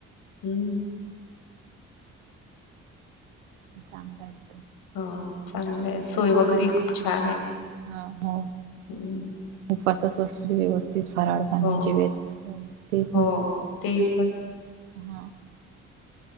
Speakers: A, on the left; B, on the right.
A: हम्म
B: चांगल आहे तिथ.
A: ह चांगल आहे. सोय वगैरेही खूप छान आहे.
B: हा हो,
A: हम्म.
B: उपवासाच असतो की व्यवस्थित फराळ. आणि
A: हो
B: जेवायच असत ते
A: हो
B: पण
A: ते पण
B: हा